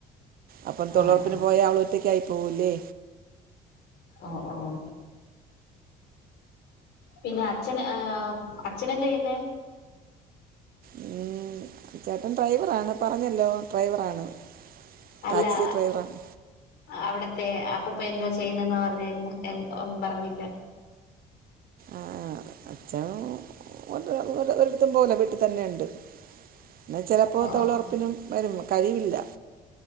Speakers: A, on the right; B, on the left.
A: അപ്പം തൊഴിലോറപ്പിന്
B: ആഹ് ആഹ്
A: പോയാ അവള് ഒറ്റക്കായി പോവൂല്ലേ
B: ഓഹ് ഓഹ് പിന്നെ അച്ഛൻ ഏഹ് അച്ഛനെന്തെയ്യുന്നേ
A: ഉം ചേട്ടൻ ഡ്രൈവറാണ് പറഞ്ഞല്ലോ ഡ്രൈവറാണ്
B: അല്ലാ
A: ടാക്സി ഡ്രൈവറാണ്
B: അവിട്ത്തെ അപ്പൂപ്പൻ എന്തോ ചെയ്യണേന്നാ പറഞ്ഞാരുന്ന് എ ഒന്നും പറഞ്ഞില്ല
A: ആഹ് അച്ഛൻ ഒ ഒരടത്തും പോവൂല വീട്ടിൽ തന്നെ ഉണ്ട് പിന്നെ ചിലപ്പോ
B: ഓ
A: തൊഴിലോറപ്പിനും
B: ഓ
A: വരും കഴിവില്ല